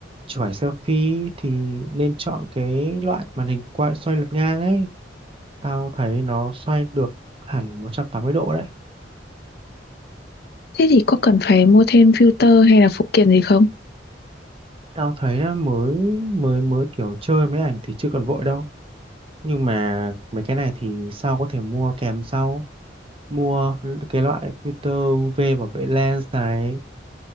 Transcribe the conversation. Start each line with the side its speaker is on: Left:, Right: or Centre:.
Right: chụp ảnh selfie thì nên chọn cái loại màn hình quay xoay lật ngang ấy tao thấy nó xoay được hẳn 180 độ đấy
Left: Thế thì có cần phải mua thêm filter hay là phụ kiện gì không?
Right: tao thấy là mới mới mới kiểu chơi mấy ảnh thì chưa cần vội đâu nhưng mà mấy cái này thì sao có thể mua kèm sau mua cái loại filter UV bảo vệ lens này